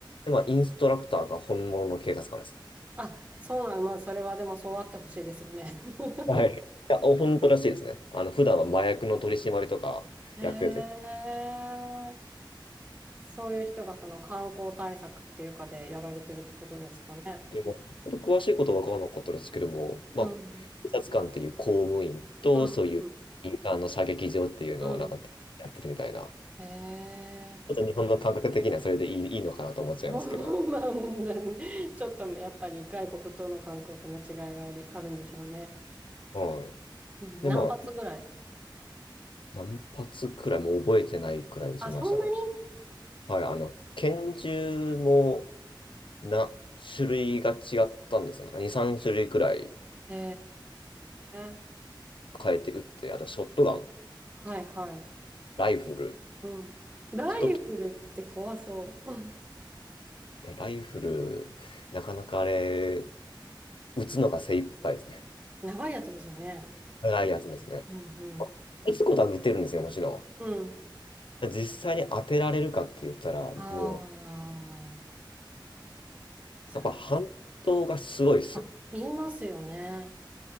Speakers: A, on the left; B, on the right.
A: で、まあ、インストラクターが本物の警察官ですね。
B: あ、そうなん、まあ、それはでもそうあってほしいですよね。<laughs>
A: はい。いや、本当らしいですね。あの、普段は麻薬の取り締まりとかやってて、
B: へえ。そういう人がその観光対策っていうかでやられてるってことですかね。
A: でも、ちょっと詳しいことは分からなかったですけども、まあ、
B: うん。
A: 警察官っていう公務員と、
B: うん。
A: そういう民間の射撃場っていうのをなんかやってるみたいな、
B: うん。うんへえ。
A: ちょっと日本の感覚的にはそれでいい、いいのかなと思っちゃいますけど、
B: <laughs> まあ、なんちょっとやっぱり外国との感覚の違いがあり、あるんでしょうね。
A: はい。
B: うん、
A: で、
B: 何発ぐらい
A: まあ、何発くらい、もう覚えてないくらい撃ちましたね。
B: あ、そんなに
A: はい、あの、拳銃もな、種類が違ったんですよ。なんか2、3種類くらい
B: へえ。
A: 変えて撃って、あとショットガン、
B: はいはい。
A: ライフル、
B: うん。ライフルって怖そう。
A: 一つ、いや、ライフル、なかなかあれ、打つのが精一杯ですね。
B: <laughs> 長いやつですよね。
A: 長いやつですね。
B: うんうん。
A: 打つことは打てるんですよ、もちろ
B: うん。
A: ん。実際に当てられるかって言ったら、
B: ああ。
A: もう、
B: じゃ
A: やっぱ反動がすごいですよ。
B: あ。あ、言いますよね。